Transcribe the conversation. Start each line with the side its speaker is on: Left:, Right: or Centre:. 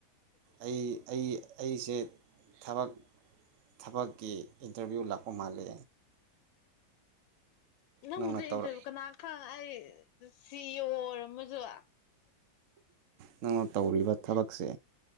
Right: ꯑꯩ ꯑꯩ ꯑꯩꯁꯦ ꯊꯕꯛ ꯊꯕꯛꯀꯤ ꯏꯟꯇꯔꯚꯤꯌꯨ ꯂꯥꯛꯄ ꯃꯥꯜꯂꯤ
Left: ꯅꯪꯕꯨꯁꯦ
Right: ꯅꯪꯅ ꯇꯧꯔ
Left: ꯏꯟꯇꯔꯚꯤꯌꯨ ꯀꯅꯥ ꯈꯪ ꯑꯩ ꯁꯤ ꯏ ꯑꯣ ꯑꯣꯏꯔꯝꯕꯁꯨ
Right: ꯅꯪꯅ ꯇꯧꯔꯤꯕ ꯊꯕꯛꯁꯦ